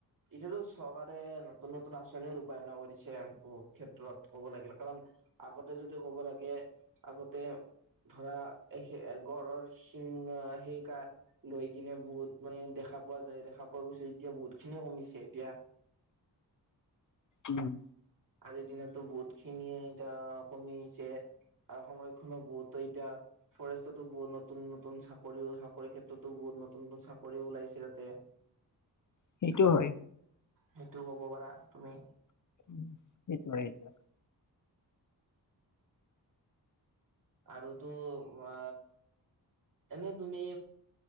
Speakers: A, on the right; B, on the left.
A: এতিয়াটো চৰকাৰে নতুন নতুন আঁচনিও ৰূপায়ন কৰিছে বহুত ক্ষেত্ৰত ক'ব লাগিলে কাৰণ আগতে যদি ক'ব লাগে আগতে ধৰা গড়ৰ শিং সেই ক লৈ কিনে বহুত মানে দেখা পোৱা যায় দেখা পোৱা গৈছে এতিয়া বহুত খিনিয়ে কমিছে এতিয়া।
B: উম
A: আজিৰ দিনতো বহুত খিন যে এটা কমিছে আৰু সংৰক্ষণো বহুতো এতিয়া ফৰেষ্টতো বহুত নতুন নু নতুন চাকৰি চাকৰিৰ ক্ষেত্ৰতো বহুত নতুন নতুন চাকৰি ওলাইছে তাতে।
B: সেইটো হয়।
A: সেইটোও কব পাৰা তুমি
B: উম সেইটো সেইটো
A: আৰুতো অ এনেই তুমি